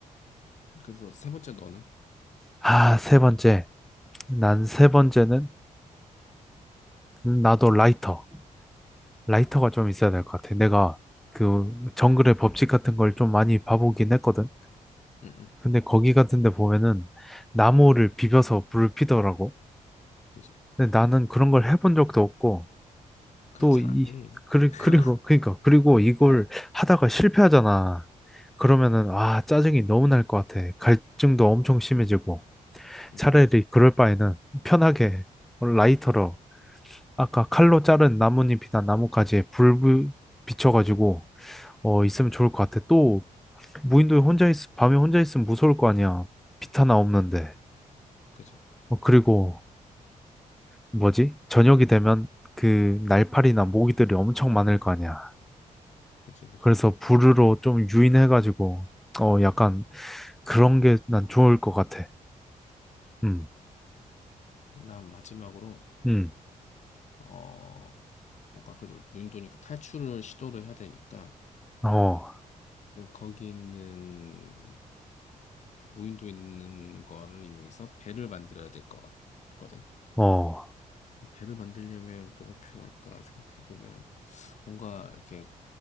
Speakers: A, on the left; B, in the centre.
A: 그래서 세 번째 너는?
B: 아, 세 번째. 난 세 번째는 나도 라이터. 라이터가 좀 있어야 될 것 같아. 내가 그
A: 응,
B: 정글의 법칙 같은 걸 좀 많이 봐보긴 했거든.
A: 응,
B: 근데 거기 같은 데 보면은 나무를 비벼서 불을 피더라고.
A: 그치.
B: 근데 나는 그런 걸 해본 적도 없고,
A: 그잘안
B: 또 이,
A: 돼.
B: 그리,
A: <laughs>
B: 그리고, 그니까, 그리고 이걸
A: 자,
B: 하다가 실패하잖아. 그러면은,
A: 어,
B: 아, 짜증이 너무 날 것 같아. 갈증도 엄청 심해지고.
A: 그치,
B: 차라리 그럴 바에는 편하게 라이터로, 아까 칼로 자른 나뭇잎이나 나뭇가지에 불 부- 비춰가지고, 어, 있으면 좋을 것 같아. 또, 무인도에 혼자 있, 밤에 혼자 있으면 무서울 거 아니야. 빛 하나 없는데.
A: 그치,
B: 어, 그리고 뭐지? 저녁이 되면 그 날파리나 모기들이 엄청 많을 거 아니야.
A: 그치, 그치.
B: 그래서 불르로 좀 유인해가지고, 어, 약간 그런 게 난 좋을 것 같아. 음,
A: 난 마지막으로,
B: 음,
A: 어, 뭔가 그래도 무인도니까 탈출을 시도를 해야 되니까,
B: 어,
A: 거기 있는, 무인도 있는 거를 이용해서 배를 만들어야 될 것 같거든.
B: 어,
A: 배를 만들려면 뭐가 필요할까 생각해보면 뭔가 이렇게